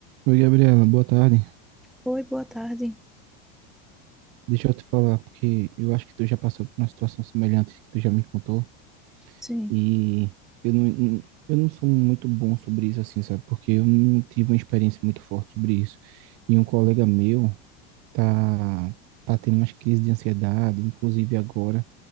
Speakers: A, on the right (about 45°); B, in the centre.
A: Oi, Gabriela, boa tarde.
B: Oi, boa tarde.
A: Deixa eu te falar, porque eu acho que tu já passou por uma situação semelhante que tu já me contou,
B: Sim,
A: e eu não, eu não sou muito bom sobre isso, assim, sabe? Porque eu não tive uma experiência muito forte sobre isso. E um colega meu tá, tá tendo umas crises de ansiedade, inclusive agora,